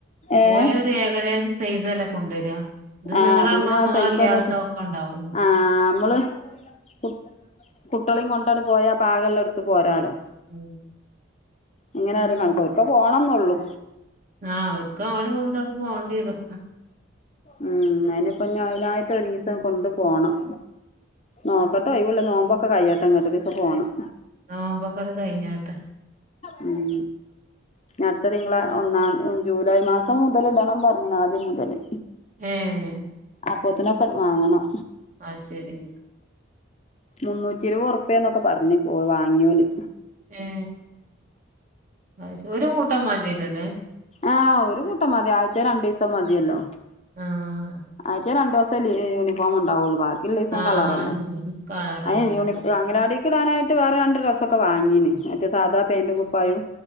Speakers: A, on the left (about 35°); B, on the right (about 40°).
A: ഏഹ്
B: ഓല് ഒരു ഏകദേശം സൈസ് <unintelligible> അല്ലേകൊണ്ടരി ഇത്
A: ആഹ്
B: നിളള്ളോ
A: പിന്നെ ആ
B: നിളല്ലാത്തോ
A: സൈസ് ഒന്ന്
B: ഒക്കെ ഉണ്ടാവും.
A: ആഹ് നമ്മള് കു കുട്ട്യളീം കൊണ്ടണ് പോയാ പാകളളത് ഇട്ത്ത് പോരാലൊ.
B: ഉം
A: ഇങ്ങനെ ആരും കണിക്ക ഇപ്പോ പോണന്നൊള്ളൂ.
B: ആഹ് അവർക്ക് ഓളിം കൊണ്ടാണ് പോകണ്ടി വരും.
A: ഉം അതിനിപ്പ അയിനായിട്ട് ഒരിവസം കൊണ്ടു പോണം നോക്കട്ടെ ഒഴുവ്ള്ള നോമ്പൊക്കെ കയ്യട്ടെ ഇന്ന്ട്ട് ഒരീസം പോണം.
B: നോമ്പൊക്കണ് കയിഞ്ഞോട്ടെ.
A: ഉം ഇനി അടുത്ത <unintelligible> ഒന്നാ ജൂലൈ മാസം മുതല് ഇടണം പറഞ്ഞ്ണ്, ആദ്യം മുതല്.
B: ഏഹ്
A: അപ്പോത്തിനെ <unintelligible> വാങ്ങണം.
B: ആ ശരി.
A: മുന്നൂറ്റിരുപത് ഉറുപ്പ്യെന്നൊക്കെ പറഞ്ഞ് പോയി വാങ്ങിയോല്
B: ഏ അത് ശരി. ഒരു കൂട്ടം മത്യല്ലലേ?
A: ആഹ് ഒരു കൂട്ടം മതി, ആയ്ച്ചേ രണ്ടീസം മതിയല്ലോ.
B: ആഹ്
A: ആഴ്ച്ചേ രണ്ടു ദിവസം ലീ ഏ യൂണി യൂനിഫൊംണ്ടാവുള്ളൂ ബാക്കിള്ളീസം
B: ആഹ്
A: കളറല്ലേ.
B: കളറെല്ലാം
A: അയി യൂണി
B: ഉണ്ടാവും
A: അങ്കണവാടി <unintelligible> വേറെ രണ്ട് ഡ്രസ്സൊക്കെ വാങ്ങീന് മറ്റ സാധാ പാന്റും കുപ്പായും